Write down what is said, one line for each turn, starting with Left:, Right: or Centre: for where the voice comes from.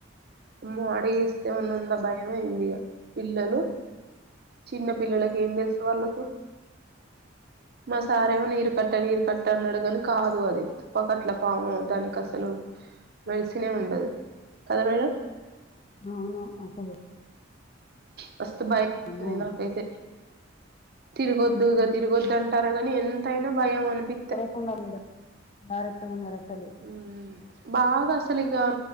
Right: అమ్మో అడగేస్తే ఉన్నంద భయ అయింది ఇక పిల్లలు. చిన్న పిల్లలకి ఏం తెలుసు వాళ్ళకు. మా సారేమో నీరు కట్ట నీరు కట్ట అన్నాడుగాని కాదు అది. పకట్ల పాము దానికి అసలు మెడిసినే ఉండదు కదా మేడం.
Left: అవును అంతేగ
Right: మస్తు బయ్
Left: అమ్మో
Right: మైంది నాకైతే. తిరిగొద్దు ఇగ తిరిగొద్దు అంటారా కాని ఎంతైనా భయం అనిపిస్త
Left: ఉండారు మేడం భారతు ఉండారసలు.
Right: ఉమ్మ్ బాగా అసలు ఇగ